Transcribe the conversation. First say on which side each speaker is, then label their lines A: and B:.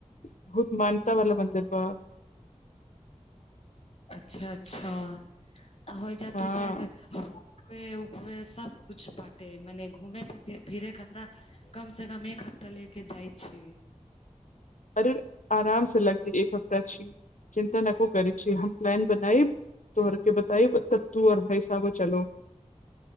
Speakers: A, on the left; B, on the left.
A: बहुत मानता वाला मंदिर बा
B: अच्छा अच्छा आ होइ जयतऽ
A: हँ
B: शायद ऊपरे ऊपरे सब कुछ बाँटे माने घूमे फिर फिरे खतरा कम से कम एक हफ्ता लेगे जाइ छै
A: अरे आराम से लग जे एक हफ्ता छी चिन्ता नऽ को करै छी हम प्लान बनायब तो अरके बताई तब तू और भाइ साहबो चलो